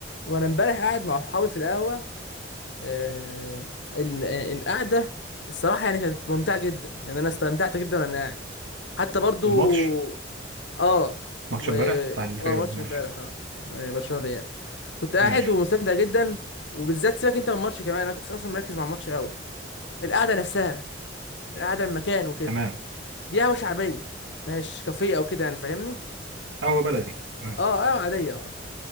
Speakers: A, on the left (about 75°); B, on the right (about 85°).
A: وانا امبارح قاعد مع اصحابي في القهوه آه ال- آه، القعده الصراحه يعني كانت ممتعه جدا يعني انا استمتعت جدا وانا قاعد حتى برضو
B: الماتش
A: اه
B: ماتش
A: و
B: امبارح بتاع الريال
A: اه ماتش
B: ماشي
A: امبارح اه برشلونه ريال كنت قاعد
B: ماشي
A: ومستمتع جدا وبالذات سيبك انت من الماتش كمان انا كنت اصلا مركز مع الماتش قوي القعده نفسها القعده المكان وكده
B: تمام
A: دي قهوه شعبيه مش كافيه او كده يعني فاهمني
B: قهوة بلدي تمام
A: اه قهوه عاديه اه